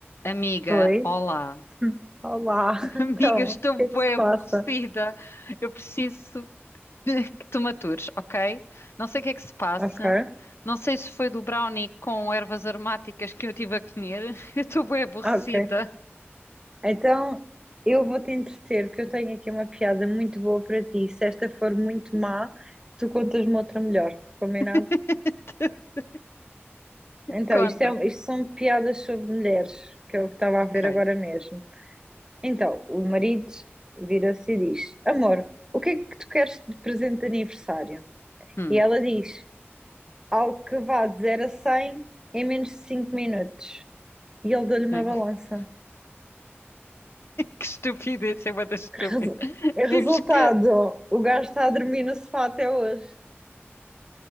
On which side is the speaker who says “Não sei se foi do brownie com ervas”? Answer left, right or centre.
Left